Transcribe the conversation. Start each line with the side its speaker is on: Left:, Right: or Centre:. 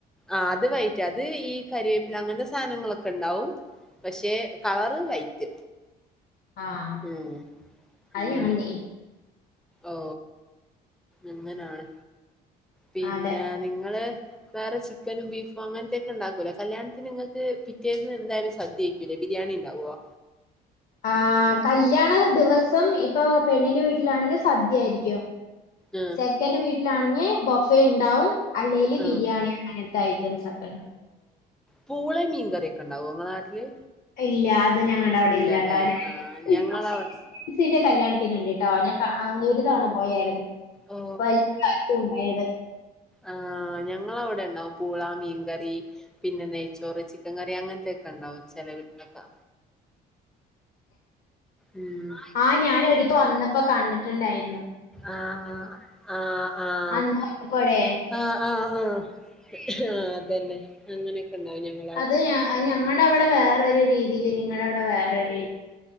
Centre: ആഹ് അത് വൈറ്റ് അത് ഈ കരിവേപ്പില അങ്ങനത്തെ സാധനങ്ങളൊക്കെ ഉണ്ടാവും പക്ഷേ കളറ് വൈറ്റ്
Left: ആഹ്
Centre: ഉം
Left: അത്
Centre: അങ്ങനെ
Left: ഞങ്ങള് നേ
Centre: ഓ ഇങ്ങനാണ് പിന്നെ
Left: അതെ
Centre: നിങ്ങള് വേറെ ചിക്കനും ബീഫും അങ്ങനത്തെയൊക്കെ ഉണ്ടാക്കുവല്ലോ കല്യാണത്തിന് നിങ്ങക്ക് പിറ്റേന്ന് എന്തായാലും സദ്യയ് - പിന്നെ ബിരിയാണി ഇണ്ടാവുവോ
Left: ആ കല്യാണ ദിവസം ഇപ്പൊ പെണ്ണിന്റെ വീട്ടിലാണെങ്കി സദ്യയായിരിക്കും.
Centre: ആഹ്
Left: ചെക്കന്റെ വീട്ടിലാണെങ്ങേ ബൊഫെ ഇണ്ടാവും അല്ലേല്
Centre: ആഹ്
Left: ബിരിയാണി അങ്ങനത്തെ ഐറ്റംസ് ഒക്കെ ഉണ്ട്
Centre: പൂളെയും മീൻകറിയൊക്കെ ഇണ്ടാവോ ങ്ങളെ നാട്ടില്?
Left: ഇല്ല അത് ഞങ്ങളടെ അവിടെ
Centre: ഇല്ലല്ലേ
Left: ഇല്ലാട്ടോ
Centre: ആഹ്
Left: <unintelligible>
Centre: ഞങ്ങളവി
Left: ഇസിന്റെ കല്യാണത്തിന് ഇണ്ട്ട്ടോ ഞാൻ ക ആന്നുര് കാണാൻ പോയായിരുന്ന്
Centre: ഓ
Left: വലിയ <inaudible> ഉണ്ടായത്
Centre: ആ ഞങ്ങള അവിടെ ഉണ്ടാവും പൂള മീൻകറി പിന്നെ നെയ്ച്ചോറ് ചിക്കൻ കറി അങ്ങനത്തൊക്കെ ഉണ്ടാവും ചെല വീട്ടിലൊക്കെ ഉം
Left: ആ ഞാൻ ഒരിക്കെ വന്നപ്പോ കണ്ടിട്ടുണ്ടായിരുന്നു.
Centre: ആഹ്- ആഹ്- ആഹ്..
Left: അന്ന് വന്നപ്പോഴേ
Centre: ആഹ് -ആഹ്- ആഹ്- ആഹ് അതന്നെ അങ്ങനെയൊക്കെ ഉണ്ടാവും ഞങ്ങ
Left: അത് ഞ ഞങ്ങടെ അവിടെ വേറൊരു രീതിയില് നിങ്ങടെ അവിടെ വേറൊരു രീ